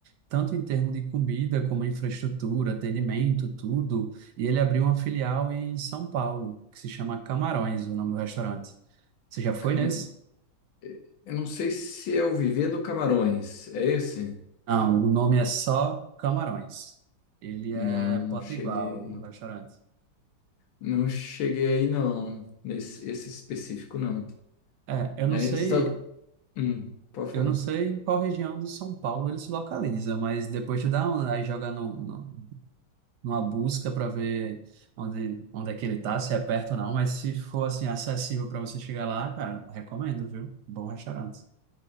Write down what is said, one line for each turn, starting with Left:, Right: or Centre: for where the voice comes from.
Right: tanto em termos de comida como infraestrutura, atendimento, tudo. E ele abriu uma filial em São Paulo, que se chama Camarões, o nome do restaurante. Você já foi
Left: Cam-
Right: nesse?
Left: Eu não sei se é o Vivendo Camarões, é esse?
Right: Não, o nome é só Camarões. Ele
Left: Não,
Right: é potiguar,
Left: não cheguei,
Right: o restaurante.
Left: não cheguei aí não, nesse esse específico não.
Right: É, eu não
Left: É,
Right: sei,
Left: está, hum, pode
Right: eu
Left: falar.
Right: não sei em qual região de São Paulo ele se localiza, mas depois tu dá uma, aí joga no, no- numa busca para ver onde, onde é que ele tá, se é perto ou não, mas se for assim acessível para você chegar lá, cara, recomendo, viu? Bom restaurante.